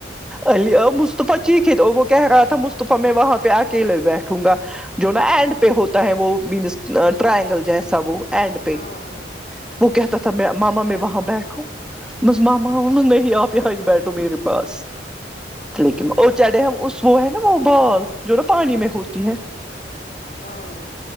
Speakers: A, in the centre; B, on the left.
A: الی ع مصطفی چیکے گا وہ کہہ رہا تھا مصطفی میں وہاں پہ اکیلے بیٹھوں گا جو نا اینڈ پہ ہوتا ہے وہ مینس ٹرائینگل جیسا وہ اینڈ پہ
B: ہاں ہاں
A: وہ کہتا تھا میں ماما میں وہاں بیٹھوں بس ماما واما نہیں آپ یہاں ہی بیٹھو میرے پاس لیکن اور چڑھے ہم اس وہ ہے نا وہ بال جو نا پانی میں ہوتی ہے
B: ہاں